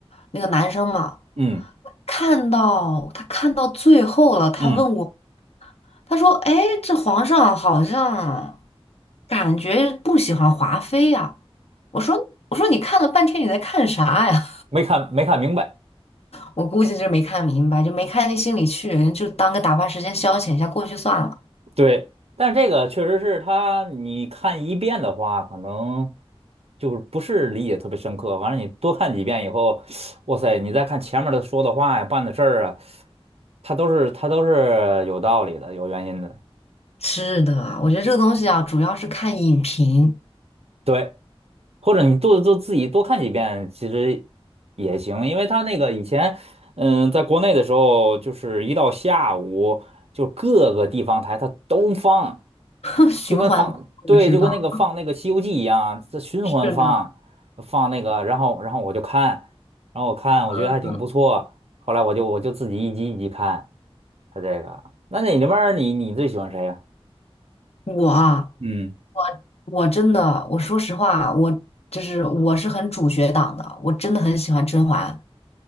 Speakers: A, on the left; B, on the right.
A: 那个男生嘛，
B: 嗯
A: 看到他看到最后了，他问我，
B: 嗯，
A: 他说：“哎，这皇上好像感觉不喜欢华妃呀。”我说：“我说你看了半天你在看啥呀？”
B: 没看没看明白。
A: 我估计是没看明白，就没看进心里去，人就当个打发时间消遣一下过去算了。
B: 对，但这个确实是他，你看一遍的话，可能就是不是理解特别深刻。完了，你多看几遍以后，<sucks teeth> 哇塞，你再看前面的说的话呀、办的事儿啊，他都是他都是有道理的、有原因的。
A: 是的，我觉得这个东西啊，主要是看影评，
B: 对。或者你多多自己多看几遍，其实也行，因为他那个以前，嗯，在国内的时候，就是一到下午，就各个地方台它都放，
A: <laughs> 循环播，
B: 就跟放，对，
A: 我知道。
B: 就跟那个放那个《西游记》一样，这循环放，
A: 是的，
B: 放那个，然后然后我就看，然后我看，我觉得还挺不错，
A: 嗯
B: 后来我就我就自己一集一集看，他这个，那你那边儿你你最喜欢谁呀？
A: 我啊，
B: 嗯。
A: 我真的，我说实话，我就是我是很主角党的，我真的很喜欢甄嬛。